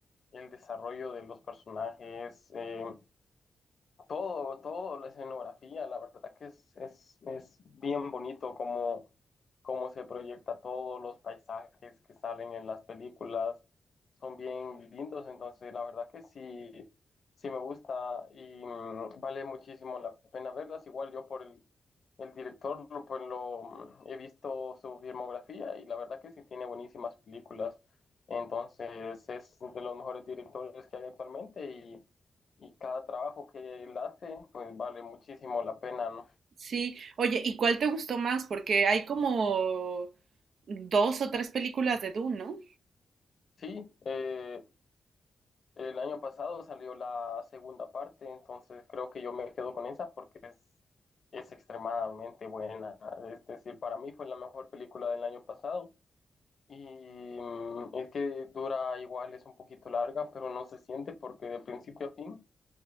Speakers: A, on the left; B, on the right.
A: el desarrollo de los personajes. eh, Todo, todo, la escenografía, la verdad que es, es, es bien bonito cómo, cómo se proyecta todo, los paisajes que salen en las películas son bien lindos, entonces la verdad que sí, sí me gusta y mm, vale muchísimo la pena verlas. Igual yo por el, el director, lo- pues lo mm, he visto su filmografía y la verdad que sí tiene buenísimas películas, entonces es de los mejores directores que hay actualmente y y cada trabajo que él hace, pues vale muchísimo la pena, ¿no?
B: Sí, oye, ¿y cuál te gustó más? Porque hay como dos o tres películas de Dune, ¿no?
A: Sí, eh, el año pasado salió la segunda parte, entonces creo que yo me quedo con esa porque es, es extremadamente buena. Es decir, para mí fue la mejor película del año pasado y mm, es que dura igual, es un poquito larga, pero no se siente porque de principio a fin